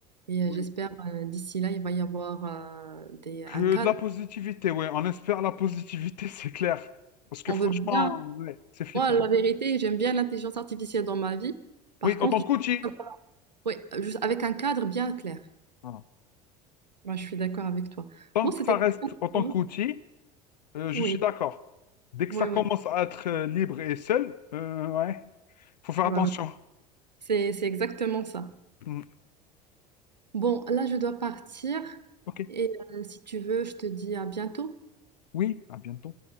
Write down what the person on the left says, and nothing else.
Oui.
Que
de la positivité, ouais. On espère la positivité, <laughs> c'est clair. Parce que
franchement,
ouais, c'est flippant.
Oui,
autant tant qu'outil.
Voilà.
Tant
que ça reste en tant
qu'outil, euh, je
suis d'accord. Dès que
ça commence à être euh, libre et seul, euh, ouais, faut faire
attention.
Mm.
Ok,
oui, à bientôt.